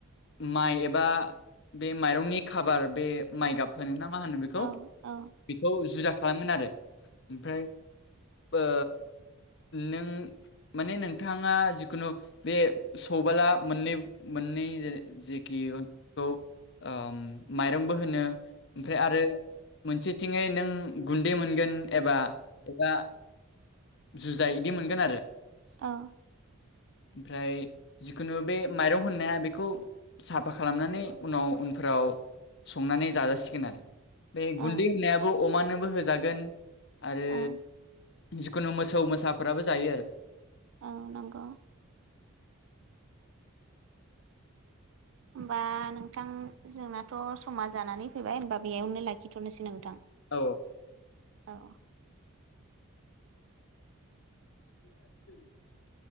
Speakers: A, on the left; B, on the right.
A: माइ एबा बे माइरंनि खाबार बे माइ गाब होनो ना मा होनो बेखौ
B: औ औ
A: बेखौ जुदा खालामगोन आरो ओमफ्राय ओ नों माने नोंथाङा जिखुनु बे सौबोला मोननै मोननै जेखि <unintelligible> ओम‌ माइरंबो होनो ओमफ्राय आरो मोनसेथिङै नों गुन्दै मोनगोन एबा एबा जुजाइ इदि मोनगोन आरो।
B: अ।
A: <inaudible> ओमफ्राय जिखुनु बे माइरं होननाया बेखौ साफा खालामनानै उनाव फोराव संनानै जाजासिगोन आरो बे
B: औ
A: गुन्दै होननायाबो अमानोबो होजागोन आरो
B: औ
A: जिखुनु मोसौ मोसाफोराबो जायो आरो।
B: औ नोंगौ
A: <inaudible>
B: होमबा नोंथां जोंनाथ' समा जानानै फैबाय होनबा बेयावनो लाखिथ'नोसै नोंथां
A: औ
B: औ
A: <unintelligible>